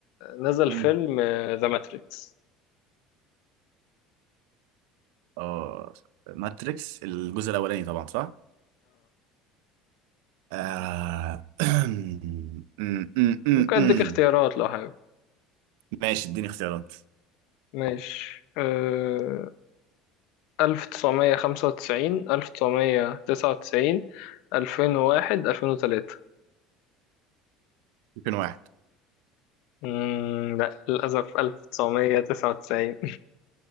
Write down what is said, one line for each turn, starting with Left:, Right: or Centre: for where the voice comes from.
Left: نزل
Right: مم.
Left: فيلم ذا ماتريكس
Right: اه ماتريكس الجزء الاولاني طبعا صح؟ آه... <clears throat> أم، أم، أم، أم،
Left: ممكن أديك
Right: أم.
Left: اختيارات لو حابب
Right: ماشي اديني اختيارات
Left: ماشي أه... ألف تسعمية خمسة وتسعين ألف تسعمية تسعة وتسعين ألفين وواحد ألفين وتلاتة
Right: ممكن واحد
Left: مم... لا للأسف ألف تسعمية تسعة وتسعين